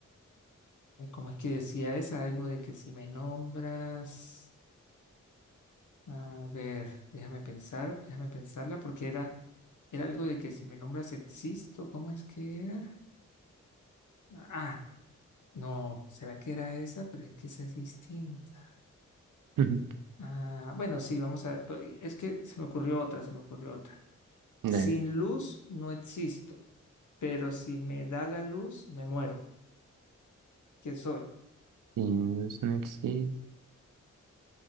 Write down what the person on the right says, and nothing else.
ujú.
Dale.
Sin luz no existo.